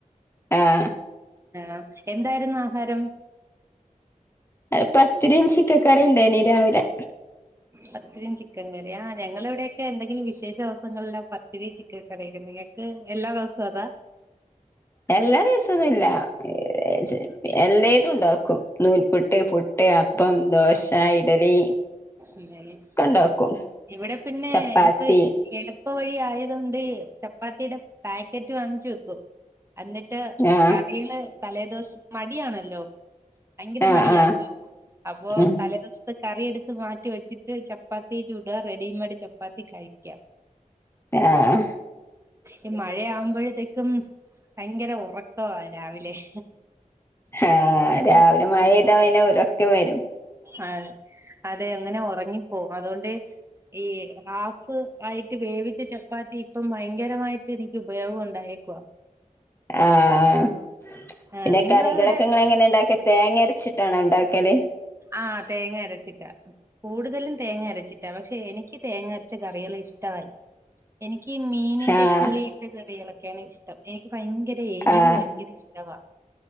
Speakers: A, on the left; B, on the right.
A: ആഹ്
B: ആഹ് എന്തായിരുന്നു ആഹാരം
A: അഹ് പത്തിരീം ചിക്കക്കറി ഇണ്ടേനി രാവിലെ
B: പത്തിരിയും ചിക്കൻ കറി ആഹ് ഞങ്ങളവിടെയൊക്കെ എന്തെങ്കിലും വിശേഷ ദെവസങ്ങളിലാ പത്തിരി ചിക്കൻ കറിയൊക്കെ നിങ്ങക്ക് എല്ലാ ദെവസോ അതാ
A: എല്ലാ ദിവസൊന്നുല്ല <unintelligible> എല്ലേതും ഉണ്ടാക്കും നൂൽപ്പുട്ട് പുട്ട് അപ്പം ദോശ ഇഡലി
B: <unintelligible>
A: ഒക്കെ ഉണ്ടാക്കും
B: ഇവടെ പിന്നെ
A: ചപ്പാത്തി
B: ഇപ്പൊ എളുപ്പ് പ്പ വഴി ആയതോണ്ട് ചപ്പാത്തിയുടെ പാക്കറ്റ് വാങ്ങിച്ചു വെക്കും എന്നിട്ട്
A: ആഹ്
B: കറികള് തലേ ദിവസം മടിയണല്ലോ? ഭയങ്കര
A: ആഹ്
B: മടിയ
A: ആഹ്
B: അപ്പൊ
A: ഉം
B: തലേദിവസത്ത് കറി എടുത്ത്- ത്ത് മാറ്റി വെച്ചിട്ട് ചപ്പാത്തി ചൂട റെഡിമെയഡ് ചപ്പാത്തി കഴിക്കാം.
A: ആഹ്.
B: ഈ മഴ ആവുമ്പോഴത്തേക്കും ഭയങ്കര ഉറക്കാ രാവിലെ-
A: ആഹ
B: ഉറങ്ങിപ്പോവും
A: രാവിലെ മഴെയ്താ വന ഇരൊക്കെ വരും
B: ആ അത അങ്ങനെ ഉറങ്ങിപ്പോവും അതുകൊണ്ട്- ഈ ഹാഫ് ആയിട്ട് വേവിച്ച ചപ്പാത്തി ഇപ്പം ഭയങ്കരമായിട്ട് എനിക്ക് ഉപയോഗം ഉണ്ടായി. ക്ക
A: ആഹ്
B: ആഹ്
A: പിന്നെ
B: നിങ്ങളവിടെ
A: കറികളൊക്കെങ്ങ എങ്ങനെ ഇണ്ടാക്കിയ തേങ്ങ അരച്ചിട്ടാണോ ഉണ്ടാക്കല്?
B: ആഹ തേങ്ങ അരച്ചിട്ടാ കൂടുതലും തേങ്ങ അരച്ചിട്ടാ പക്ഷെ എനിക്ക് തേങ്ങ അരച്ച കറികൾ ഇഷ്ടമല്ല. എനിക്ക്. എനിക്ക് മീനിന്റെ
A: ആഹ്
B: പുളിയിട്ട കറികളൊക്കെയാണ് ഇഷ്ടം എനിക്ക് ഭയങ്കര എരിവ്
A: ആഹ്
B: ഭയങ്കര ഇഷ്ട്ടാവാ.